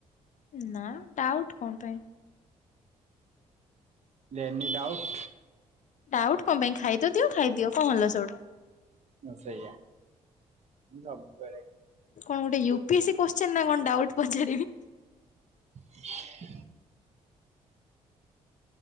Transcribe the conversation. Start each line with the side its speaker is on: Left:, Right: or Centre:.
Left: ନାଁ ଡାଉଟ୍ କଣ ପାଇଁ।
Right: Any doubt?
Left: ଡାଉଟ୍ କଣ ପାଇଁ ଖାଇତ ଦିଅ ଖାଇଦିଅ କଣ ହେଲା ସେଉଠୁ।
Right: ଉଁ ସେଇଆ ମୁଁ ସବୁ
Left: କଣ ଗୋଟେ U P S C question ନାକଣ ଡାଉଟ୍ ପଚାରିବି।
Right: <inaudible>